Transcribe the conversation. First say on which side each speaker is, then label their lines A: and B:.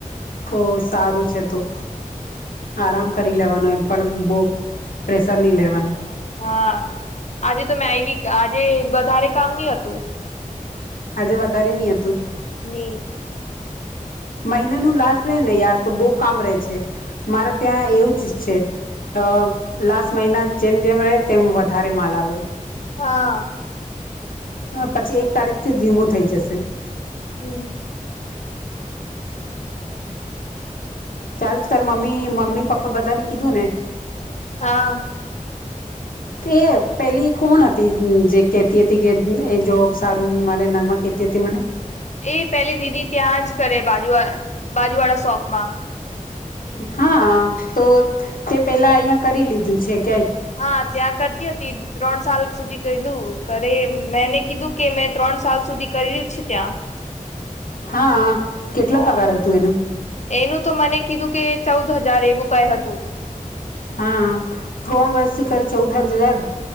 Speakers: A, on the left; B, on the left.
A: ઓ સારું છે તું. આરામ કરી લેવાનું એમ પણ બો પ્રેશર નહી લેવાનું.
B: હા આજે તો મેં આવી આજે વધારે કામ નહ હતું.
A: આજે વધારે નહ હતું
B: ને
A: મહિનાનુંનુ લાસ્ટ રહે ને યાર તો બહુ કામ રહે છે મારે ત્યાં એવું જ છે. અ લાસ્ટ મહિના જેમ જેમ રહે તેમ વધારે માલ આવે.
B: હા
A: હ પછી એક તારીખ થી ધીમો થઈ જશે.
B: હમ <inaudible>
A: ચાલ તારે મમ્મી મમ્મી પપ્પા બધા ને કીધું ને.
B: હા
A: એ પેલી કોણ હતી જે કેહેતી હતી કે એ જો સારું નહ માલેગમાં. એથી મને
B: એ પેલી દીદી ત્યાં જ કરે બાજુ બાજુ વાળા શોપમાં
A: હા તો તે પેલા અહિયાં કરી લીધું છે કય
B: હા ત્યાં કરતી હતી ત્રણ સાલ સુધી કધું કરે મેને કીધું કે મેં ત્રણ સાલ સુધી કર્યું છે ત્યાં
A: હા કેટલા
B: હા
A: પગાર હતું એનું?
B: એનું તો મને કીધું કે ચૌદ હજાર એવું કઈ હતું.
A: હા ત્રણ વર્ષથી કરી ચૌદ હર હજાર